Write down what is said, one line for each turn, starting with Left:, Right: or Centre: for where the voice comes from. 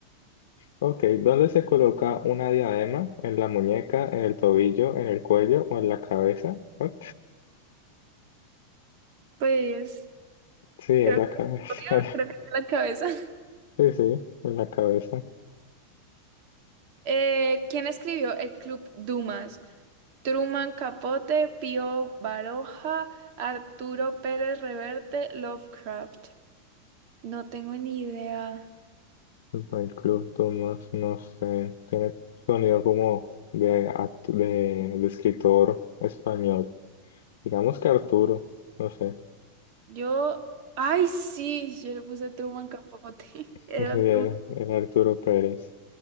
Left: Ok, ¿dónde se coloca una diadema? ¿En la muñeca, en el tobillo, en el cuello o en la cabeza? What?
Right: Pues
Left: Sí, en
Right: creo
Left: la
Right: que,
Left: cabeza.
Right: obvio,
Left: <laughs>
Right: creo que está en la cabeza. <laughs>
Left: Sí, sí, en la cabeza.
Right: Eh, ¿quién escribió el Club Dumas? Truman Capote, Pío Baroja, Arturo Pérez Reverte, Lovecraft. No tengo ni idea.
Left: El club Dumas, no no sé, tiene sonido como de, actu- de, de escritor español. Digamos que Arturo, no sé,
Right: Yo, ay, sí, yo le puse Truman Capote. <laughs>
Left: <laughs>
Right: Era
Left: Sí,
Right: Arturo.
Left: era era Arturo Pérez.